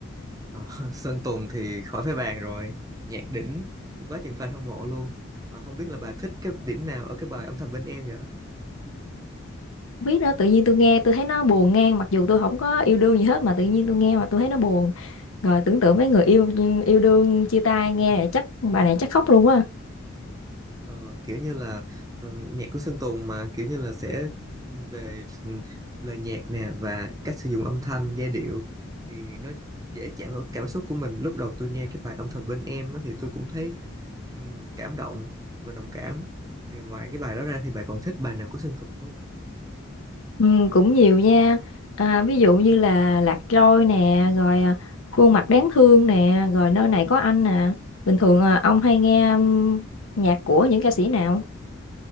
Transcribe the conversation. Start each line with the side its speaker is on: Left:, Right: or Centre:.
Right: Ờ, <laughs> Sơn Tùng thì khỏi phải bàn rồi nhạc đỉnh quá chừng fan hâm mộ luôn Ờ, không biết là bà thích cái điểm nào ở cái bài âm thầm bên em vậy
Left: Không biết nữa, tự nhiên tôi nghe tôi thấy nó buồn ngang, mặc dù tôi không có yêu đương gì hết mà tự nhiên tôi nghe mà tôi thấy nó buồn. Rồi tưởng tượng mấy người yêu yêu đương chia tay nghe này chắc bài này chắc khóc luôn á.
Right: Ờ, kiểu như là ừ, nhạc của Sơn Tùng mà kiểu như là sẽ ừ, về ừ, lời nhạc nè và cách sử dụng âm thanh giai điệu thì nó dễ chạm vào cảm xúc của mình lúc đầu tôi nghe cái bài âm thầm bên em á thì tôi cũng thấy ừ, cảm động và đồng cảm thì ngoài cái bài đó ra thì bà còn thích bài nào của Sơn Tùng không
Left: Ừ, cũng nhiều nha à, ví dụ như là Lạc Trôi nè rồi à, khuôn mặt đáng thương nè rồi nơi này có anh nè bình thường à, ông hay nghe ừm, nhạc của những ca sĩ nào